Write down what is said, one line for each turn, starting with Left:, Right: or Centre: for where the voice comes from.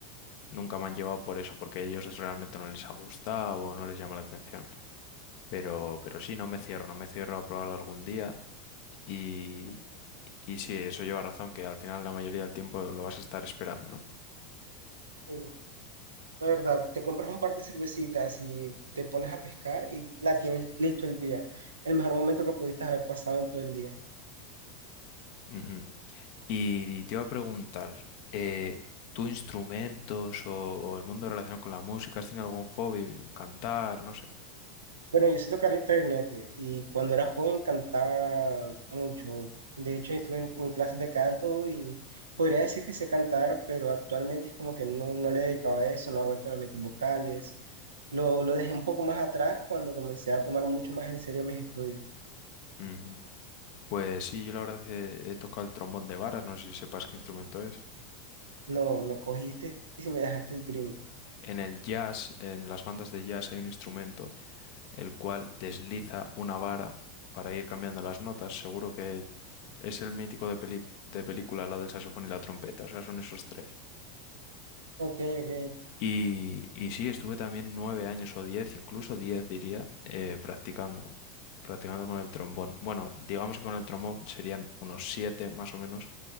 Left: nunca me han llevado por eso, porque a ellos realmente no les ha gustado o no les llama la atención. Pero, pero sí, no me cierro, no me cierro a probarlo algún día. Y, y sí, eso lleva razón, que al final la mayoría del tiempo lo vas a estar esperando, ¿no?
Right: Sí, la verdad, te compras un par de cervecitas y te pones a pescar y la tienes listo el día. El mejor momento que pudiste haber pasado en todo el día.
Left: Ujú. Y te iba a preguntar, eh, ¿tú instrumentos o, o el mundo relacionado con la música? ¿Has tenido algún hobby? ¿Cantar? No sé.
Right: Bueno, yo sé tocar el clarinete y cuando era joven cantaba mucho. De hecho, estuve en, en clases de canto y podría decir que sé cantar, pero actualmente es como que no, no le dedicaba a eso, no hago entrenamientos vocales. Lo, lo dejé un poco más atrás cuando comencé a tomar mucho más en serio mis estudios.
Left: Ujú. Pues sí, yo la verdad he, he tocado el trombón de vara, no sé si sepas qué instrumento es.
Right: No, me cogiste y me dejaste gringo.
Left: En el jazz, en las bandas de jazz hay un instrumento el cual desliza una vara para ir cambiando las notas. Seguro que es el mítico de peli- de película, la del saxofón y la trompeta, o sea, son esos tres.
Right: Ok, ok,
Left: Y, y sí, estuve también nueve años o diez, incluso diez diría, eh, practicando, practicando con el trombón. Bueno, digamos que con el trombón serían unos siete más o menos,